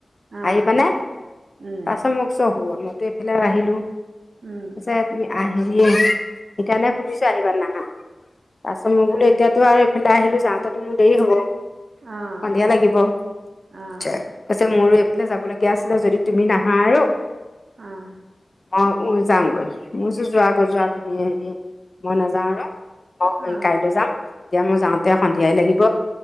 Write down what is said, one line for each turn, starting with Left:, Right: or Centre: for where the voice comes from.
Right: অঁ
Left: আহিবা নে?
Right: উম
Left: তাৰপিচত মোক চ <unintelligible> এইফালে আহিলো।
Right: উম
Left: পিছে তুমি আহি হেৰিয়ে সেইকাৰণে সুধিছো আহিবা নে নাহা? তাৰপিছত মই বোলে
Right: অঁ
Left: এতিয়াটো আৰু আহিলো যাওঁতেটো মোৰ দেৰি হ'ব।
Right: অঁ
Left: সন্ধিয়া লাগিব।
Right: অঁ
Left: পিছে মোৰো যাব লগীয়া আছিলে যদি তুমি নাহা আৰু
Right: অঁ।
Left: অ', উম যাওঁগৈ মোৰ যোৱা গৈ যোৱা তুমি হেৰি মই নাযাওঁ আৰু। অ',
Right: অঁ
Left: কাইলৈ যাম। এতিয়া মোৰ যাওঁতে সন্ধিয়াই লাগিব।